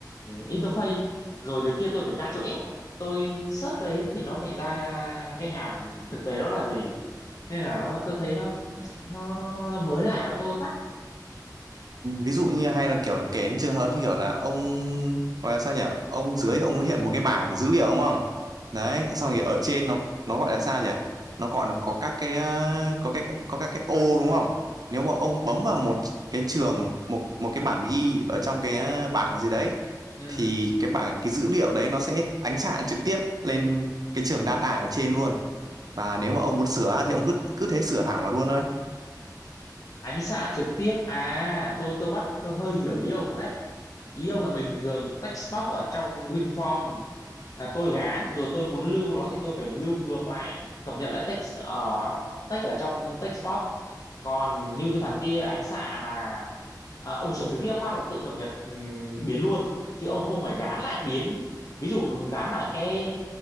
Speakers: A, on the left; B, on the right.
A: interface rồi từ kia tôi phải Ctrl F tôi search cái đấy thì nó lại ra cái hàm thực tế đó là gì nên là nó tôi thấy nó nó nó, nó, nó mới lạ của tôi quá
B: ví dụ như hay là kiểu kể những trường hợp như kiểu là ông gọi là sao nhỉ ông dưới ông hiện một cái bảng dữ liệu đúng không đấy xong thì ở trên nó nó gọi là sao nhỉ nó gọi nó có các cái ờ, có cái có các cái ô đúng không nếu mà ông bấm vào một cái trường một một cái bản ghi ở trong cái ờ, bảng gì đấy
A: ừ
B: thì cái bảng cái dữ liệu đấy nó sẽ ánh xạ trực tiếp lên cái trường data ở trên luôn và nếu mà ông muốn sửa thì ông cứ cứ thế sửa thẳng vào luôn thôi
A: ánh xạ trực tiếp à tôi tôi bắt tôi hơi hiểu ý ông đấy ý ông là bình thường text box ở trong WinForm là tôi gán rồi tôi muốn lưu nó thì tôi phải lưu ngược lại cập nhật lại text uh, text ở trong text box còn như cái thằng kia ánh xạ là à, ông sửa trực tiếp phát là tự cập nhật ừm, biến luôn chứ ông không phải gán lại biến ví dụ gán lại cái